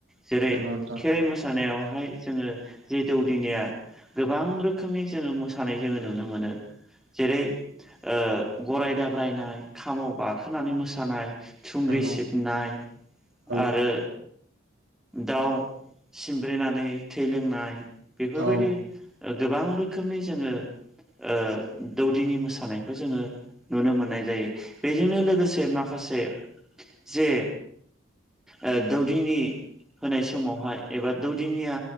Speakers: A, in the centre; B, on the right.
A: जेरै
B: नंगौ नोंथां
A: खेराइ मोसानायावहाय जोङो जि दौदिनाया गोबां रोखोमनि जोङो मोसानाय जोङो नुनो मोनो। जेरै ओ गराय दाब्रायनाय खामाव बारखोनानै मोसानाय थुंग्रि
B: नंगौ
A: सिबनाय
B: औ
A: आरो दाउ सिमब्रेनानै थै लोंनाय बेफोरबायदि
B: औ
A: गोबां रोखोम रोखोमै जोङो ओ दौदिनि मोसानायखौ जोङो नुनो मोननाय जायो बेजोंनो लोगोसे माखासे जे ओ दौदिनि होनाय समावहाय एबा दौदिनिया